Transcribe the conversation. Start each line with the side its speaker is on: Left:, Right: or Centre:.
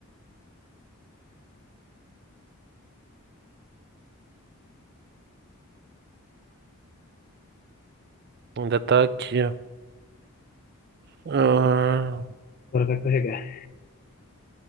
Right: Ainda tá aqui. Ah,
Left: Agora vai carregar.